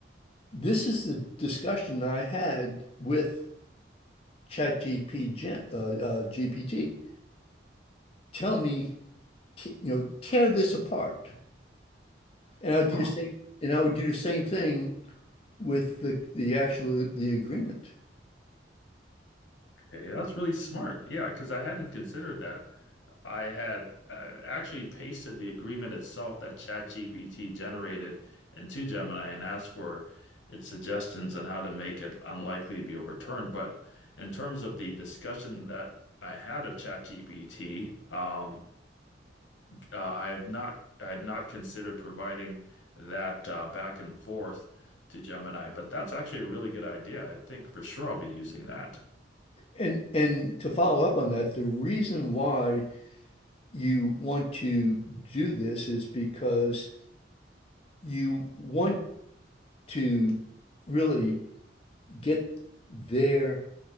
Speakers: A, on the left (about 30°); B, on the left (about 90°).
A: this is the discussion I had with ChatGPT. Uh, uh, GPT. Tell me you know, tear this apart. And I would do
B: Oh,
A: the same, and I would do the same thing with the the actual the agreement.
B: Okay, that's really smart. Yeah, because I hadn't considered that. I had uh, actually pasted the agreement itself that ChatGPT generated into Gemini and asked for its suggestions on how to make it unlikely to be overturned. But in terms of the discussion that I had of ChatGPT, um, uh, I have not, I had not considered providing that uh, back and forth to Gemini. But that's actually a really good idea. I think for sure I'll be using that.
A: And and to follow up on that, the reason why you want to do this is because you want to really get their